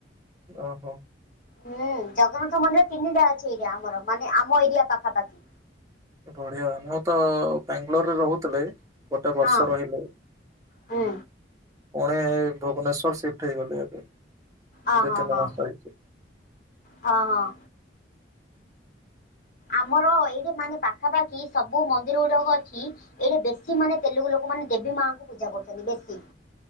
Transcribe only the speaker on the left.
ହୁଁ, ଜଗନ୍ନାଥ ମନ୍ଦିର ତିନିଟା ଅଛି ଏଠି ଆମର ମାନେ ମାନେ ଆମ ଏରିଆ ପାଖାପାଖି।
ହଁ
ହୁଁ
ଅହ
ହ
ହଁ
ହଁ। ଆମର ଏଇଠି ମାନେ ପାଖାପାଖି ସବୁ ମନ୍ଦିର ଗୁଡାକ ଅଛି। ଏଇଠି ବେଶୀ ମାନେ ତେଲୁଗୁ ଲୋକମାନେ ଦେବୀ ମାଙ୍କୁ ପୂଜା କରୁଛନ୍ତି ବେଶୀ।